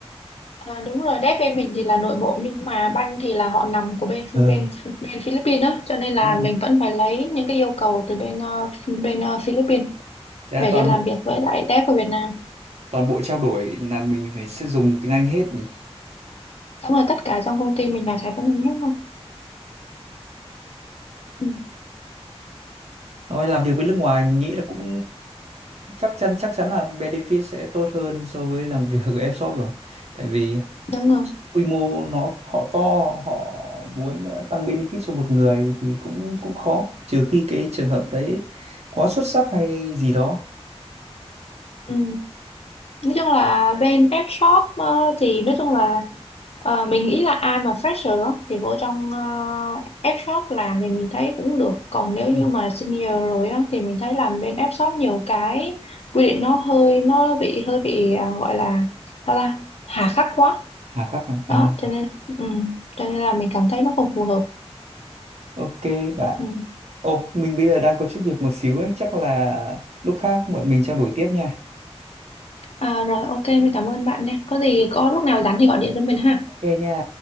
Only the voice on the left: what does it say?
À, đúng rồi, đép bên mình thì là nội bộ nhưng mà banh thì là họ nằm của bên
bên bên Philippines á, cho nên là
mình vẫn phải lấy những cái yêu cầu từ bên ờ, bên ờ, Philippines
về
để làm
việc với lại đép ở Việt Nam.
Đúng rồi, tất cả trong công ty mình là trái của mình hết rồi. Ừ,
đúng rồi.
Ừ. nói chung là bên F shop ờ, thì nói chung là ờ, mình nghĩ là ai mà fresher á, thì vô trong ờ, F shop làm thì mình thấy cũng được còn nếu
như mà senior rồi á, thì mình thấy làm bên F shop nhiều cái quy định nó hơi nó bị hơi bị à, gọi là sao ta hà khắc quá
đó cho nên ừ, cho nên là mình cảm thấy nó không phù hợp
ừ.
à, rồi ok mình cảm ơn bạn nha có gì có lúc nào rảnh thì gọi điện cho mình ha